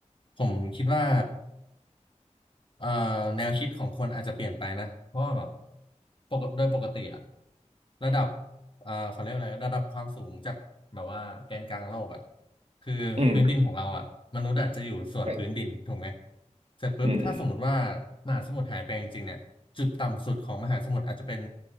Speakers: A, on the left (about 40°); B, on the right (about 55°).
A: ผมคิดว่า เอ่อแนวคิดของคนอาจจะเปลี่ยนไปนะเพราะว่าแบบปกติโดยปกติอะระดับเอ่อเขาเรียกว่าอะไรระดับความสูงจากแบบว่าแกนกลางโลกอะคือพื้นดินของเราอะมนุษย์อะจะอยู่ส่วนพื้นดินถูกไหม
B: อืมอ
A: เสร็จปุ๊บถ้าสมมติว่า
B: ืมอืม
A: มหาสมุทรหายไปจริงๆเนี่ยจุดต่ำสุดของมหาสมุทรอาจจะเป็น